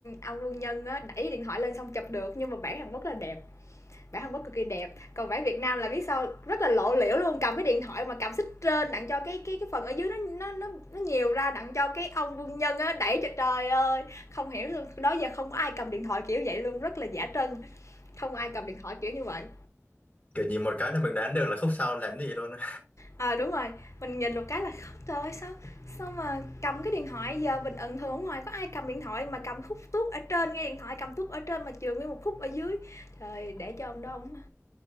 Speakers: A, on the left; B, on the left.
A: ông quân nhân á, đẩy điện thoại lên xong chụp được, nhưng mà bản Hàn Quốc là đẹp. bản Hàn Quốc cực kỳ đẹp còn bản Việt Nam là biết sao rất là lộ liễu luôn cầm cái điện thoại mà cầm xích trên đặng cho cái cái cái phần ở dưới nó nó nó, nó nhiều ra đặng cho cái ông quân nhân á đẩy cho trời ơi không hiểu luôn đó giờ không có ai cầm điện thoại kiểu vậy luôn rất là giả trân không ai cầm điện thoại kiểu như vậy
B: kiểu nhìn một cái là mình đoán được là khúc sau làm gì luôn á.
A: à đúng rồi mình nhìn một cái là trời ơi sao sao mà cầm cái điện thoại giờ mình ẩn thường ở ngoài có ai cầm điện thoại mà cầm khúc tuốt ở trên nghe điện thoại cầm tuốt ở trên mà trường nguyên một khúc ở dưới trời để cho ông đó ông